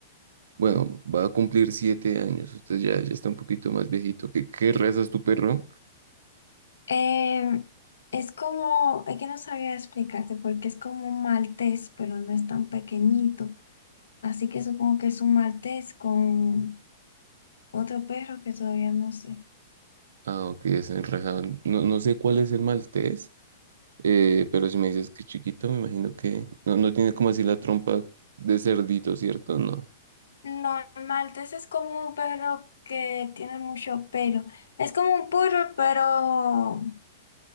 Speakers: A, on the right; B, on the left.
A: bueno, va a cumplir siete años. Usted ya, ya está un poquito más viejito. ¿Qué, qué raza es tu perro?
B: Eh, es como, es que no sabía explicarte porque es como un maltés, pero no es tan pequeñito. Así que supongo que es un maltés con otro perro que todavía no sé.
A: Ah, ok, es el raza. No, no sé cuál es el maltés, eh, pero si me dices que es chiquito, me imagino que no, no tiene como así la trompa de cerdito, ¿cierto? No.
B: No, el maltés es como un perro que tiene mucho pelo. Es como un poodle, pero